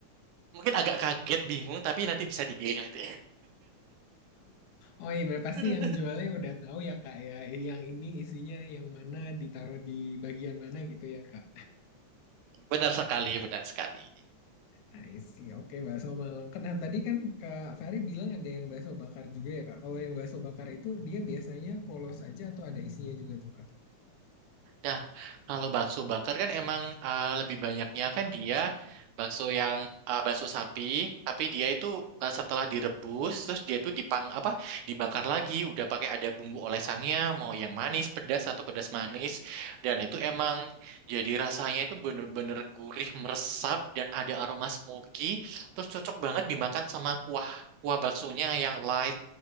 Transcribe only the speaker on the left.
Oh, iya berarti pasti
yang jualnya udah tahu ya Kak ya. Yang ini isinya yang mana ditaruh di bagian mana gitu ya Kak.
I see. Oke, bakso Malang. Kan nah, tadi kan Kak Fari bilang ada yang bakso bakar juga ya, Kak. Kalau yang bakso bakar itu dia biasanya polos aja atau ada isinya juga tuh, Kak?